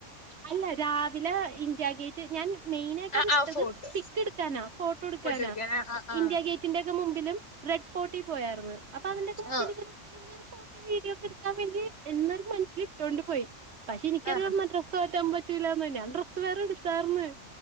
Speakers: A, on the right (about 60°); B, on the left (about 65°).
A: അല്ല രാവിലെ ഇന്ത്യാഗേറ്റ് ഞാൻ മെയിനായിട്ട്
B: ആ
A: അത്
B: ആ
A: ഇട്ടത്
B: ഫോട്ടോ
A: പിക്കെടുക്കാനാ ഫോട്ടോ എടുക്കാനാ
B: എടുക്കാൻ ആ ആ
A: ഇന്ത്യ ഗേ തിന്റൊക്കെ മുമ്പിലും റെഡ് ഫോർട്ടി പോയായിരുന്നു അപ്പൊ അതിന്റെ
B: ആഹ്
A: അവിടെ നിന്നൊരു ഫോട്ടോ വീഡിയോ ഒക്കെ എടുക്കാൻ വേണ്ടിയെന്നൊരു മനസ്സില് ഇട്ടോണ്ട് പോയി പക്ഷെ എനിക്കറിയാന്ന്
B: ആ
A: ഡ്രസ്സ് മാറ്റാൻ പറ്റൂലാന്ന് ഞാൻ ഡ്രസ്സ് വേറെ എടുത്താർന്ന്